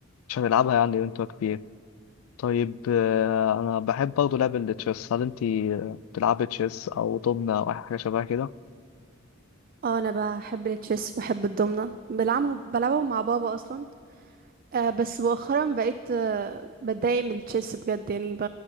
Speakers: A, on the left; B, on the right.
A: مش هتلعبها يعني وأنت كبير طيب آه، أنا بحب برضه لعب التشيس هل أنت بتلعبي تشيس أو دومنة أو أي حاجة شبه كده؟
B: اه انا بحب التشيس بحب الضمنة بلعبه بلعبهم مع بابا اصلا آه بس مؤخرا بقيت آه بتضايق من التشيس بجد يعني ب...